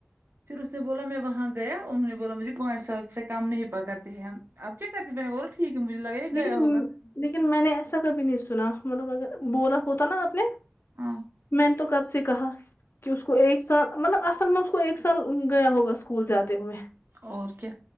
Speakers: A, on the right; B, on the left.
A: پھر اس نے بولا میں وہاں گیا انہوں نے بولا مجھے پانچ سال سے کم نہیں پکڑتے ہیں ہم اب کیا کرتے میں نے بول رہی ٹھیک ہے مجھے لگا یہ گیا
B: لیکن
A: ہوگا
B: لیکن میں نے ایسا کبھی نہیں سنا مطلب اگر بولا ہوتا نا آپ نے
A: ہاں
B: میں نے تو کب سے کہا کہ اس کو ایک سال مطلب اصل میں اس کو ایک سال گیا ہوگا اسکول جاتے ہوئے
A: اور کیا